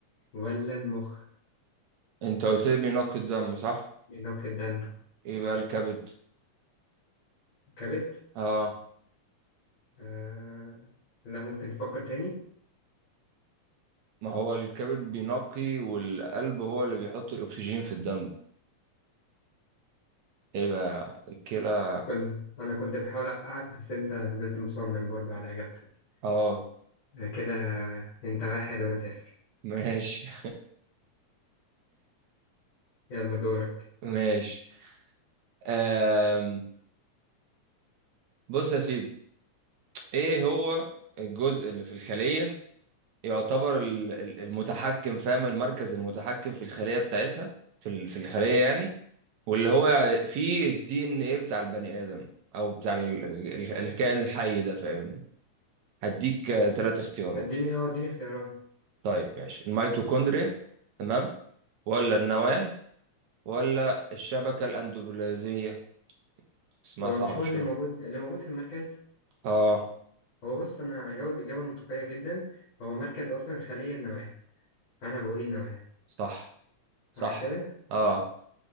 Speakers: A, on the left; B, on the right.
A: ولا المخ
B: انت قلت لي بينقي الدم صح
A: بينق الدم
B: ايه بقى الكبد
A: الكبد
B: اه
A: آه... لا ممكن تفكر تاني
B: ما هو الكبد بينقي والقلب هو اللي بيحط الأكسجين في الدم ايه بقى الكلى
A: كنت أنا كنت بحاول أوقعك بس أنت فضلت مصمم برضو على إجابتك
B: اه
A: آه كده أنت واحد وأنا صفر
B: ماشي
A: يلا دورك
B: <laughs> ماشي آم. بص يا سيدي ايه هو الجزء اللي في الخلية يعتبر ال- ال- المتحكم فاهم المركز المتحكم في الخلية بتاعتها في ال- في الخلية يعني واللي هو يع- فيه الدي ان ايه بتاع البني آدم او بتاع ال- ال- الكائن الحي ده فاهمني هديك ثلاث اختيارات
A: اديني اه اديني اختيارات
B: طيب ماشي الميتوكوندريا تمام ولا النواة ولا الشبكة الأندوبلازمية اسمها
A: هو
B: صعب
A: مش هو
B: شوية
A: اللي موجود اللي موجود في المركز
B: اه
A: هو بص أنا هجاوب إجابة منطقية جدا هو مركز أصلا الخلية النواة أنا بقول النواة
B: صح صح
A: صح كده؟
B: اه